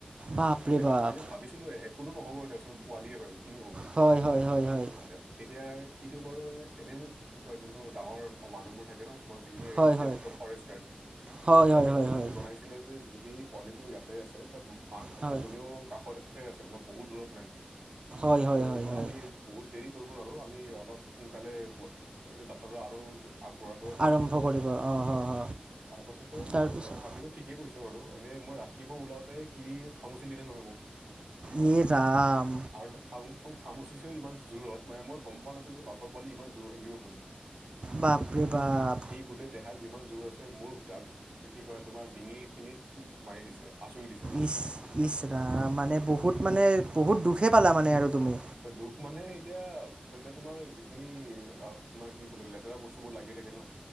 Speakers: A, on the right; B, on the right.
A: বাপৰে
B: এনেও
A: বাপ
B: এনে ভাবিছিলো এহ একোতো নহ'ব দেচোন পোৱালিয় হয় কিনো হ'ব
A: হয় হয় হয় হয়
B: এতিয়া - এতিয়া সিটো বাৰু এ এনেই মোক কি কয় যোনটো ডাঙৰ মানুহবোৰ থাকে নহ মোৰ যিখিনি
A: হয়
B: ইংৰাজীত
A: হয়
B: কয় ফৰেষ্ট গাৰ্ড
A: হয় হয়
B: তেখেতে
A: হয়
B: মোক
A: হয়
B: জনাইছে যদি পোৱালিটো ইয়াতে আছে‌ তহ মাক
A: হয়
B: জনীও কাষতে আছে তোমাৰ বহুত দূৰত নাই।
A: হয় হয়
B: ত'
A: হয় হয়
B: আমি বহুত দেৰি কৰিব নোৱাৰো আমি অলপ সোনকালে যাত্ৰাটো আৰু আগবঢ়াটোৱে ভাল
A: আৰম্ভ কৰিব অঁ হ হ
B: তাৰ পাছতে ‍মইও
A: তাৰপিছত
B: ভাবিলো ঠিকে কৈছে বাৰু এনে মই ৰাখিব ওলাওতে সি খামুচিলেনে নে নহয় মোক
A: ইয়ে ৰাম
B: <inaudible> আৰু খাম খা খামুচিছেও ইমান জোৰত মানে মই গম গম পোৱা নাছিলোঁ বাঘৰ পোৱালি ইমান জোৰ থাকিব বুলি
A: বাপৰে
B: সি-
A: বাপ
B: সি গোটেই দেহা যিমান জোৰ আছে মূৰ ডাক কি কয় তোমাৰ ডিঙি খিনিত মাৰি দিছে। আচুৰি দিছে
A: ইচ -ইচ ৰাম মানে বহুত মানে বহুত দুখে পালা মানে আৰু তুমি
B: দুখ মানে এতিয়া- এতিয়া তোমাৰ‌ যি খিনি তোমাৰ কি বুলি কয় লেতেৰা বস্তু বোৰ লাগি থাকে ন'